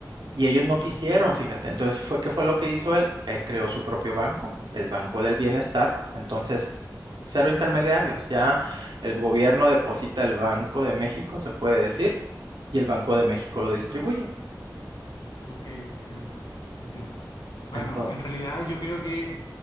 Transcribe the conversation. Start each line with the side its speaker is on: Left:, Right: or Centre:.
Right: Y ellos no
Left: claro,
Right: quisieron, fíjate. Entonces fue, ¿qué fue lo que hizo él? Él creó su propio banco, el Banco del Bienestar. Entonces, cero intermediarios. Ya el gobierno deposita el Banco de México, se puede decir, y el Banco de México lo distribuye.
Left: ok, entiendo, entiendo. Bueno,
Right: Entonces,
Left: en realidad yo creo que...